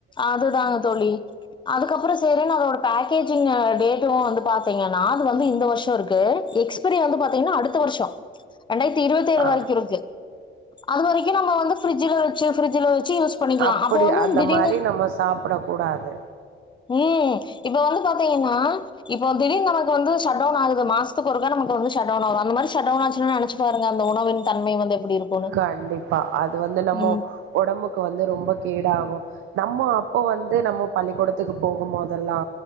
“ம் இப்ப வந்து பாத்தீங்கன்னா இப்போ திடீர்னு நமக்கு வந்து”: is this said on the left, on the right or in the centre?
Left